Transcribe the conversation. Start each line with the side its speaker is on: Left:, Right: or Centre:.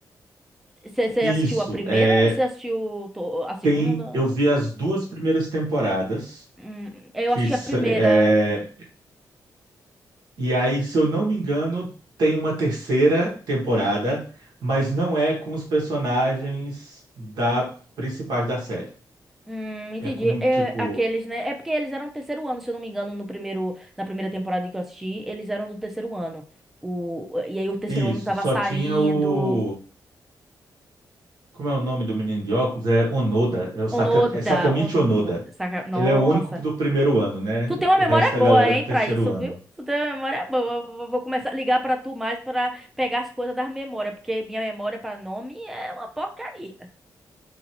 Centre: Você você
Right: Isso,
Centre: assistiu a primeira
Right: é,
Centre: ou você assistiu to- a segunda?
Right: tem, eu vi as duas primeiras temporadas,
Centre: Hum, eu
Right: que
Centre: assisti
Right: s-
Centre: a primeira.
Right: é, E aí, se eu não me engano, tem uma terceira temporada, mas não é com os personagens da principais da série.
Centre: Hum, entendi.
Right: É com,
Centre: É,
Right: tipo,
Centre: aqueles, né? É porque eles eram do terceiro ano, se eu não me engano, no primeiro, na primeira temporada que eu assisti, eles eram do terceiro ano. O, e aí o terceiro
Right: isso,
Centre: ano tava
Right: só
Centre: saindo.
Right: tinha o. Como é o nome do menino de óculos? É Onoda, é o Saka,
Centre: Onoda,
Right: é Sakamichi
Centre: Onoda,
Right: Onoda.
Centre: saca? Nossa.
Right: Ele é o único do primeiro ano, né?
Centre: Tu tem uma
Right: O
Centre: memória
Right: resto da
Centre: boa,
Right: galera
Centre: hein,
Right: é do terceiro
Centre: pra isso,
Right: ano.
Centre: viu? Tu tem uma memória boa. Vou vou começar a ligar pra tu mais pra pegar as coisas das memórias, porque minha memória pra nome é uma porcaria.